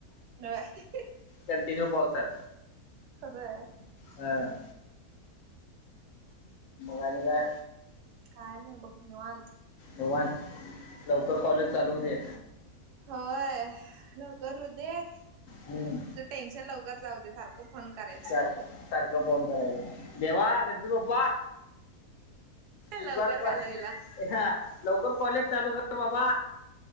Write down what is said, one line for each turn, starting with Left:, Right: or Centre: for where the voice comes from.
Right: <unintelligible>
Left: कंटिन्यू पावसात,
Right: बर,
Left: हय, आणि काय
Right: मग, काय नाही बघ निवांत,
Left: भगवान लवकर, कॉलेज चालू होऊदे,
Right: होय लवकर होऊ दे, तुझं
Left: हम्म
Right: टेन्शन लवकर जाऊ दे सारखं फोन करायचं,
Left: सार सारखं फोन कराच, देवा गणपती बाप्पा इ
Right: लवकर
Left: बार, प
Right: घालवीला
Left: ह लवकर कॉलेज चालू कर बाबा,